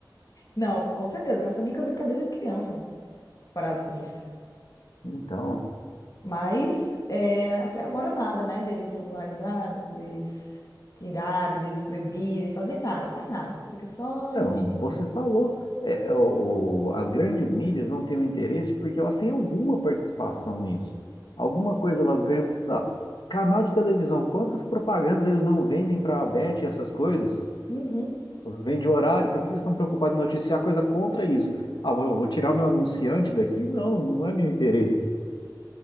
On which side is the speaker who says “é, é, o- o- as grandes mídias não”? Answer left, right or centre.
Left